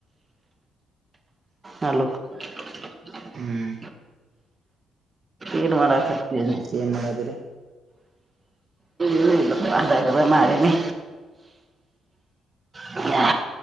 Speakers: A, on the right; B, on the right.
A: ಹಲೋ! <unintelligible>
B: ಹ್ಮ್
A: ಏನ್, ಮಾಡಾಕತ್ತಿನು, ಅಂದಿ,
B: ಏನ್ ಮಾಡದ್ರಿ
A: ಏನಿಲ್ಲ. <unintelligible> ಮಾತಾಡು ಮಾರನಿ, ಹೂ, ಹಾ.